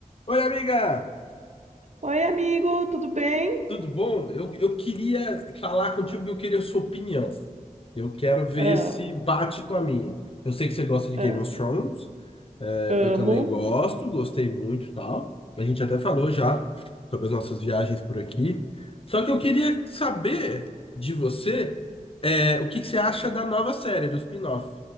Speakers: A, on the left; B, on the right.
A: Oi, amiga,
B: Oi, amigo, tudo bem?
A: tudo bom? Eu, eu queria falar contigo que eu queria a sua opinião. Eu quero ver
B: Ah,
A: se bate com a minha. Eu sei que você gosta de
B: ah,
A: Game of Thrones, é,
B: amo.
A: eu também gosto, gostei muito e tal. A gente até falou já sobre as nossas viagens por aqui. Só que eu queria saber de você, é, o que que você acha da nova série, do spin-off,